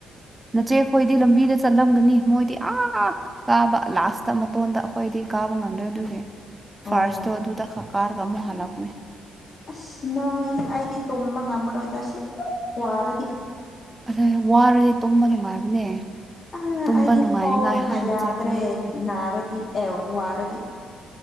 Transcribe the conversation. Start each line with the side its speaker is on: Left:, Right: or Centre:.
Right: ꯅꯆꯦꯈꯣꯏꯗꯤ ꯂꯝꯕꯤꯗ ꯆꯠꯂꯝꯒꯅꯤ ꯃꯣꯏꯗꯤ ꯑꯥ ꯀꯥꯕ ꯂꯥꯁꯇ ꯃꯇꯣꯟꯗ ꯑꯈꯣꯏꯗꯤ ꯀꯥꯕ ꯉꯝꯗ꯭ꯔꯦ ꯗꯨꯒꯤ
Left: ꯑꯣ
Right: ꯐꯥꯔꯁꯇꯣ ꯑꯗꯨꯗ ꯈꯛ ꯀꯥꯏ <unintelligible> ꯑꯃꯨꯛ ꯍꯥꯜꯂꯛꯄꯅꯦ
Left: ꯑꯁ ꯅꯣꯏꯁꯦ ꯑꯩꯗꯤ ꯇꯨꯝꯕ ꯉꯝꯃꯔꯣꯏꯗ ꯁꯤꯃꯨꯛ ꯋꯥꯔꯗꯤ
Right: ꯑꯔꯦ ꯋꯥꯔꯗꯤ ꯇꯨꯝꯕ ꯅꯨꯡꯉꯥꯏꯕꯅꯦ
Left: ꯑ
Right: ꯇꯨꯝꯕ
Left: ꯑꯩꯗꯤ
Right: ꯅꯨꯡꯉꯥꯏꯅꯤꯉꯥꯏ
Left: ꯈꯣꯡꯅ
Right: ꯍꯥꯏꯅ
Left: ꯌꯥꯗ꯭ꯔꯦ
Right: ꯆꯠꯄꯅꯦ
Left: ꯅꯥꯔꯗꯤ ꯑꯦ ꯋꯥꯔꯗꯤ